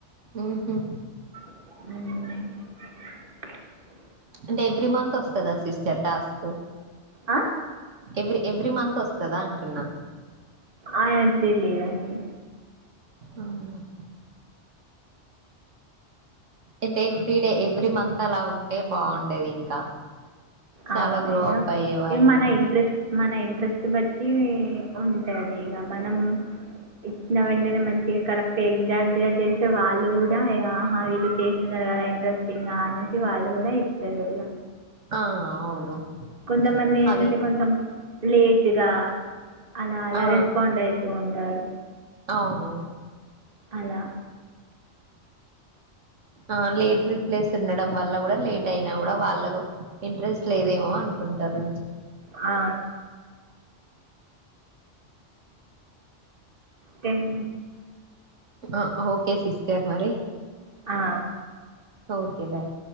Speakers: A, on the right; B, on the right.
A: ఉహ
B: అ
A: అంటే ఎవ్రీ మంత్ వస్తుందా సిస్టర్ టాస్క్
B: ఆ
A: ఎవ్రీ ఎవ్రీ మంత్ వస్తుందా అంటున్నా
B: ఆయ తెలియదండి
A: అవు <inaudible> అయింటతే ఎవ్రీ డే ఎవ్రీ మంత్ అలా ఉంటే బాగుండేది ఇంకా చాలా
B: అవును
A: గ్రో అప్ అయ్యే వాళ్ళం
B: ఏ మన ఇంట్రెస్ట్ మన ఇంట్రెస్ట్ బట్టి ఉంటుంది ఇక మనం ఇచ్చిన వెంటనే మంచిగా కరెక్ట్ ఎగ్జాక్ట్గా చేస్తే వాళ్ళు కూడా ఆహా వీళ్ళు చేస్తున్నారు కదా ఇంట్రెస్టింగ్ అనేసి వాళ్ళు కూడా అస్తేయా
A: ఆ అవును
B: కొంతమంది ఏంటంటే
A: అది
B: కొంచెం లేటుగా అలా అలా
A: ఆ
B: రెస్పాండ్ అవుతూ ఉంటారు
A: అవును
B: అలా
A: ఆ లేట్ రిప్లేస్ ఉండడం వల్ల కూడా లేట్ అయినా కూడా వాళ్ళకు ఇంట్రెస్ట్ లేదేమో కుంటారు
B: ఆ టన్
A: ఆ ఓకే సిస్టర్ మరి
B: ఆ
A: ఓకే బాయ్